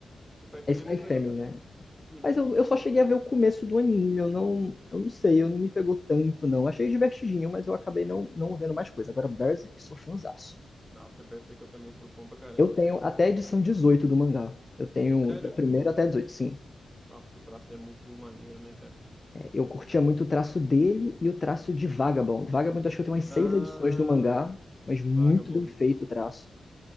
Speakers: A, in the centre; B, on the left (about 30°).
A: Spy Family
B: é Spy
A: é muito
B: Family,
A: legal também.
B: né?
A: Uhum.
B: Mas eu, eu só cheguei a ver o começo do anime, eu não, eu não sei, eu não me pegou tanto, não. Achei divertidinho, mas eu acabei não,
A: É,
B: não vendo mais coisa. Agora, Berserk, sou fãzaço.
A: Nossa, Berserk eu também sou fã pra caramba.
B: Eu tenho até a edição 18 do mangá. Eu tenho
A: Sério?
B: da primeira até a 18, sim.
A: Nossa, o traço é muito maneiro, né, cara?
B: É, Eu curtia muito o traço dele e o traço de Vagabond. Vagabond, eu acho que eu tenho umas seis
A: Ah,
B: edições do mangá, mas muito
A: Vagabond.
B: bem feito o traço.